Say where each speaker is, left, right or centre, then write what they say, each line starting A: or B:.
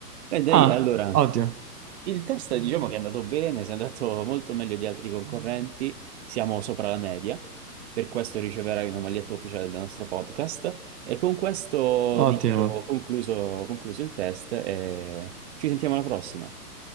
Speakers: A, on the right; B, on the right.
A: E dai,
B: Ah,
A: Ah, allora,
B: ottimo,
A: Il test diciamo che è andato bene, si è andato molto meglio di altri concorrenti, siamo sopra la media, per questo riceverai una maglietta ufficiale del nostro podcast e con questo
B: ottimo.
A: dichiaro concluso, concluso il test e ci sentiamo alla prossima.